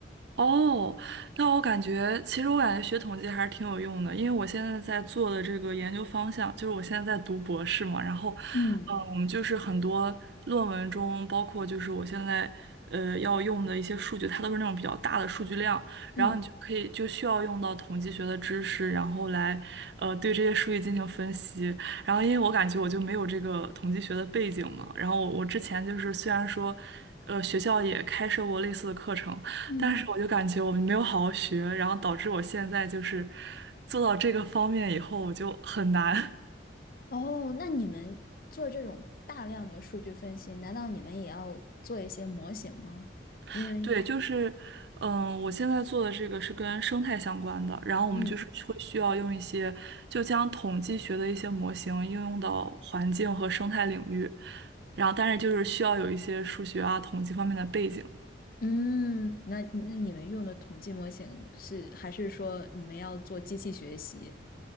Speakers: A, on the right; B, on the left.
A: 哦，那我感觉，其实我感觉学统计还是挺有用的，因为我现在在做的这个研究方向，就是我现在在读博士嘛，然后，
B: 嗯
A: 嗯，就是很多论文中，包括就是我现在呃要用的一些数据，它都是那种比较大的数据量，
B: 嗯
A: 然后你就可以就需要用到统计学的知识，然后来呃对这些数据进行分析。然后因为我感觉我就没有这个统计学的背景嘛，然后我之前就是虽然说，呃，学校也开设过类似的课程。
B: 嗯，
A: 但是我就感觉我没有好好学，然后导致我现在就是做到这个方面以后，我就很难。
B: 哦，那你们做这种大量的数据分析，难道你们也要做一些模型吗？
A: <laughs>
B: 因为，
A: 对，就是，嗯，我现在做的这个是跟生态相关的，然后我们就是会需要用一些，
B: 嗯
A: 就将统计学的一些模型应用到环境和生态领域，然后但是就是需要有一些数学啊、统计方面的背景。
B: 嗯，那那你们用的统计模型是，还是说你们要做机器学习？